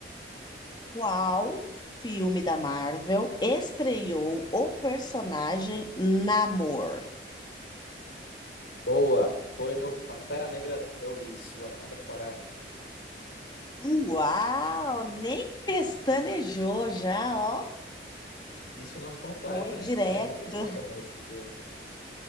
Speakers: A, on the left; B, on the left.
A: Qual filme da Marvel estreou o personagem Namor?
B: Boa. Foi no Pantera Negra dois Wakanda Forever.
A: Uau, nem pestanejou já, ó.
B: Isso não completo,
A: Foi direto,
B: hein? É muito bom também esse filme.